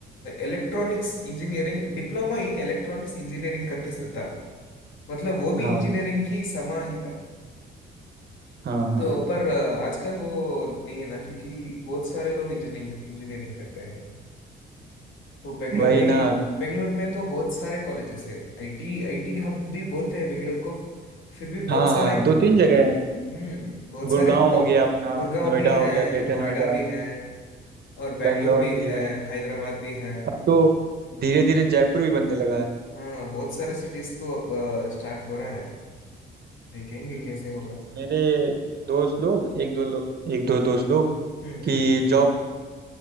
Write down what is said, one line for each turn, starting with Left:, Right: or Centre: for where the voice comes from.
Left: electronics engineering diploma in electronics engineering करके से था मतलब वो भी
Right: हाँ
Left: इंजीनियरिंग की समा ही था
Right: हाँ हाँ
Left: तो पर अ, आजकल वो नहीं है ना क्योंकि बहुत सारे लोग इंजीनियरिंग इंजीनियरिंग करते हैं तो बेंगलोर
Right: वही
Left: में
Right: ना
Left: ही बेंगलोर में तो बहुत सारे कॉलेजेस है आईटी आईटी हब भी बोलते हैं बेंगलोर को फिर भी बहुत
Right: हाँ
Left: सारे
Right: हाँ दो तीन जगह है
Left: हम्म बहुत
Right: गुड़गांव
Left: सारे कॉल-
Right: हो गया अपना
Left: गुड़गांव
Right: नोएडा
Left: भी
Right: हो
Left: है
Right: गया ग्रेटर
Left: नोएडा
Right: नोएडा
Left: भी है और बेंगलोर
Right: बेंगलोर
Left: भी
Right: भी
Left: है
Right: है
Left: हैदराबाद भी है
Right: अब तो धीरे धीरे जयपुर भी बनने लगा है
Left: हाँ बहुत सारे सिटीज तो अब स्टार्ट हो रहा है देखेंगे
Right: हम्म
Left: कैसे होगा
Right: मेरे दोस्त लोग एक दो लोग एक दो दोस्त लोग
Left: हम्म हम्म
Right: कि जॉब